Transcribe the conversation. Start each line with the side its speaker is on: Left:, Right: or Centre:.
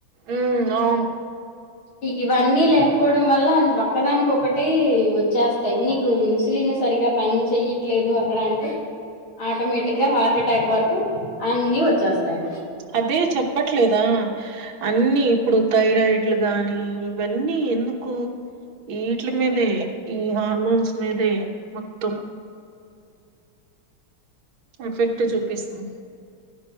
Right: ఉ అవును
Left: ఇగా ఇవన్నీ లే లేకపోవడం వల్ల ఒక్కదానికి ఒకటి వచ్చేస్తాయి నీకు ఇన్సులిన్ సరిగా పని చెయ్యి లేదు అక్కడ అంటే ఆటోమేటిక్ గా హార్ట్ అటాక్ వరకు అన్ని వచ్చేస్తాయి
Right: అదే చెప్పట్లేదా అన్ని ఇప్పుడు థైరాయిడ్ గాని ఇవన్నీ ఎందుక్. కు ఈట్లే మీదే ఈ హార్మోన్స్ మీదే మొత్తం. ఎఫెక్ట్ చూపిస్తుం.